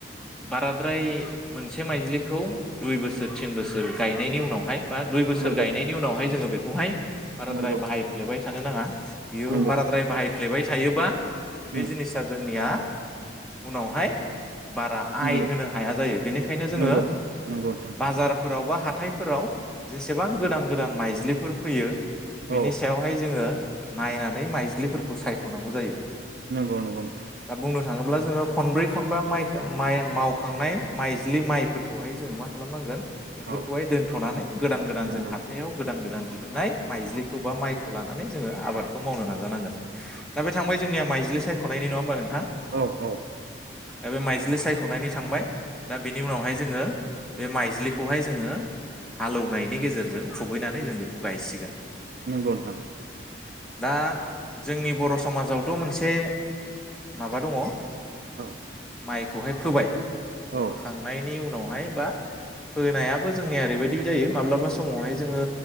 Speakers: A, in the centre; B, on the right (about 50°).
A: बाराद्राय मोनसे माइजलिखौ दुइ बोसोर तिन बोसोर गायनायनि उनावहाय बा दुइ बोसोर
B: नंगौ
A: गायनायनि उनावाय जोङो बे दहाय बाराद्राय
B: नंगौ
A: बाहायफ्लेबाय थानो नाङा बियो
B: नोंथां नंगौ
A: बाराद्राय बाहाय स्लेबाय थायोबा बे
B: उम
A: जिनिसा जोंनिया उनावहाय बार आइ
B: नंगौ
A: होनो हाया जायो बेनिखायनो जोङो
B: नंगौ नंगौ नोंथां
A: बाजारफोरावबा हाथायफोराव जेसेबां गोदान गोदान माइज्लिफोर फैयो
B: औ
A: बिनि सायावहाय जोङो नायनानै माइज्लिफोरखौ सायख'नांगौ जायो
B: नोंगौ नोंगौ नोथां।
A: दा बुंनो थाङोब्ला जोङो खनब्रै खनबा माइ- माइ मावखांनाय माइज्लि माइफोरखौहाय जोङो मा खालामनांगोन। बेफोरखौहाय
B: औ
A: दोन्थ'नानै गोदान गोदान
B: नंगौ
A: जों हाथायाव गोदान गोदान दिहुननाय माइज्लिखौ बा माइखौ लानानै जोङो आबादखौ मावनो नाजानांगोन। दा बे थांबाय जोंनिया माइजलि साइ खनाय नङा होनबा नोंथां।
B: औ औ
A: बे बे माइज जलि सायख'नायनि थांबाय। दा बेनि उनावहाय जोङो बे माइज्लिखौहाय जोङो हालौनायनि गेजेरजों खुबैनानै जों बेखौ गायसिगोन
B: नंगौ नोंथां।
A: दा जोंनि बर' समाजावथ' मोनसे माबा दङ। हो
B: औ
A: माइखौहाय फोबाय
B: औ
A: फोखांनायनि नि उनावहाय बा फोनायाबो जोंनिया ओरैबायदि जायो माब्लाबा समावहाय जोङो